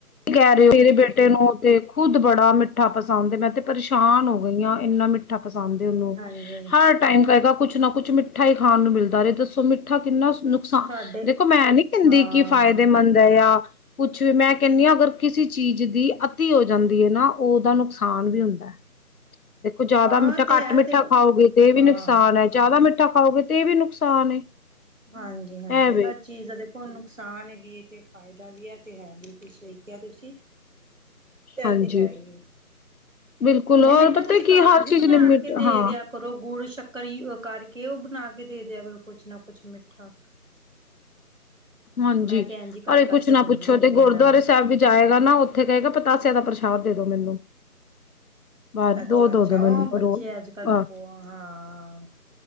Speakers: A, on the left; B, on the right.
A: ਕਹਿ ਰਹੇ ਹੋ ਮੇਰੇ ਬੇਟੇ ਨੂੰ ਤੇ ਖੁਦ ਬੜਾ ਮਿੱਠਾ ਪਸ ਮੈਂ ਤੇ ਪਰੇਸ਼ਾਨ ਹੋ ਗਈ ਹਾਂ ਇੰਨਾ ਮਿੱ ਪਸੰਦ ਓਹਨੂੰ
B: ਹਾਂਜੀ
A: ਹਰ ਟਾਈਮ ਕਹੇਗਾ ਕੁੱਛ ਨਾ ਕੁ ਕੁਛ ਮਿੱਠਾ ਖਾਣ ਨੂੰ ਮਿਲਦਾ ਰਿਹਾ ਦੱਸੋ ਮਿੱਠਾ ਕਿੰਨਾ ਨੁਕਸਾਨ
B: ਸਾਡੇ
A: ਦੇਖੋ ਮੈਂ ਨੀ ਕਹਿੰਦੀ
B: ਹਾਂ
A: ਕਿ ਫਾਇਦੇਮੰਦ ਐ ਜਾਂ ਕੁਛ ਵੀ ਮੈਂ <unintelligible> ਕਿਸੇ ਚੀਜ਼ ਦੀ ਅੱਤੀ ਹੋ ਜਾਂਦੀ ਐ ਨਾ ਉਹਦਾ ਨੁਕਸਾਨ ਵੀ ਹੁੰਦਾ। ਦੇਖੋ ਜਿਆਦਾ
B: ਹਾਂ
A: ਮਿੱਠਾ
B: ਤੇ
A: ਘੱਟ
B: ਹੈ
A: ਮਿੱਠਾ
B: ਦੇਖੋ
A: ਖਾਓਗੇ ਤੇ ਇਹ
B: ਹਾਂ
A: ਵੀ ਨੁਕਸਾਨ
B: ਹਾਂ
A: ਐ
B: ਹਾਂ
A: ਜ਼ਿਆਦਾ ਮਿੱਠਾ ਖਾਓਗੇ ਇਹ ਵੀ ਨੁਕਸਾਨ ਏ।
B: ਹਾਂਜੀ ਹਾਂਜੀ
A: ਐ ਵੇ
B: ਹਰ ਚੀਜ਼ ਦਾ ਦੇਖੋ ਨੁਕਸਾਨ ਵੀ ਤੇ ਫਾਇਦਾ ਵੀ ਐ ਤੇ ਏ ਵੀ। ਸਹੀ ਕਿਆ ਤੁਸੀਂ। ਐ
A: ਹਾਂਜੀ
B: ਤੇ ਹੈ ਹੀ।
A: ਬਿਲਕੁਲ
B: ਨਹੀਂ
A: ਔਰ
B: ਮਿੱਠਾ
A: ਪਤਾ
B: ਤੁਸੀਂ
A: ਕੀ
B: ਘਰ
A: ਹਰ
B: ਵੀ
A: ਚੀਜ਼
B: ਬਣਾ
A: ਲਿਮਿਟ
B: ਕੇ ਦੇ
A: ਹਾਂ
B: ਦੇਆ ਕਰੋ ਗੁੜ, ਸ਼ੱ ਕਰੀ ਕਰਕੇ, ਓਹ ਬਨਾ ਕੇ ਦੇ ਦੇਆ ਕਰੋ ਕੁਛ ਨਾ ਕੁਛ ਮਿੱਠਾ।
A: ਹਾਂਜੀ,
B: ਮੈਂ ਤੇ ਇੰਝ ਕਰ
A: ਅਰੇ
B: ਕਰਕੇ
A: ਕੁਛ ਨਾ
B: ਦਿੰਦੀ
A: ਪੁੱਛੋ
B: ਰਹਿੰਦੀ
A: ਤੇ
B: ਹਾਂ
A: ਗੁਰਦੁਆਰੇ
B: ਇਹਨਾਂ ਨੂੰ
A: ਸਾਹਿਬ ਵੀ ਜਾਏਗਾ ਨਾ ਉੱਥੇ ਕਹੇਗਾ ਪਤਾਸੇ ਦਾ ਪਰ ਸਾਥ ਦੇ ਦੋ ਮੈਨੂੰ। ਬਾਹਰ
B: ਅੱਛਾ
A: ਦੋ ਦੋ
B: ਅੱਛਾ,
A: ਦੋ ਮੈਨੂੰ
B: ਉਹ ਬੱਚੇ
A: ਰੋਜ਼
B: ਅੱਜ-ਕੱਲ,
A: ਆਹ
B: ਹਾਂ